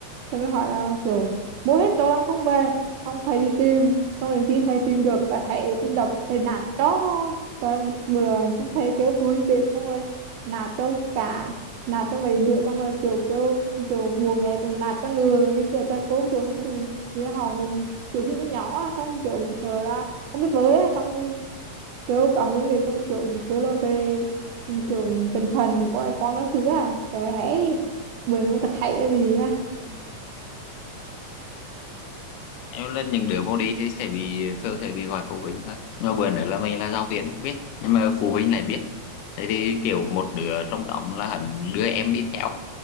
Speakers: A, on the right (about 85°); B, on the left (about 85°).
A: thầy mới hỏi là kiểu bố hết rồi đang không về xong thầy đi tìm xong đến khi thầy tìm được cả thầy đi đập thầy nạt cho trời một bữa xong thầy kêu phụ huynh đến xong rồi nạt cho cả nạt cho mấy đứa xong rồi kiểu kiểu kiểu bố mẹ cùng nạt cho lừa vì kiểu thầy cô kiểu hắn cùng như là họ cùng kiểu khi nó nhỏ xong kiểu sợ là không biết bơi xong kiểu cậu hướng điều xong kiểu kiểu là về kiểu tinh thần của con các thứ à rồi hãy bữa nó có thấy cái gì mà
B: em là những đứa vô đi thì sẽ bị thường sẽ bị gọi phụ huynh thôi mà vừa nữa là mình là giáo viên biết nhưng mà phụ huynh lại biết tại thì kiểu một đứa trong nhóm là hẳn đưa em đi theo